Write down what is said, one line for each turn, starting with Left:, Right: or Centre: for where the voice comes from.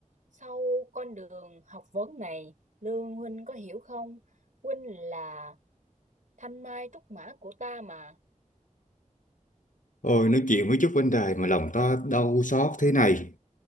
Right: sau con đường học vấn này Lương huynh có hiểu không huynh là thanh mai trúc mã của ta mà
Left: ôi nói chuyện với chút vấn đề mà lòng ta đau xót thế này